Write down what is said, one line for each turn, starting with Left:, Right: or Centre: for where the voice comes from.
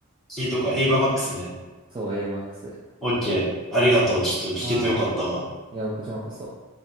Centre: 聞いとくわ。エイバーマックスね。
Right: そう、エイバマックス。
Centre: オッケー。ありがとう。ちょっと聞けてよかったわ。
Right: はい。いや、こちらこそ。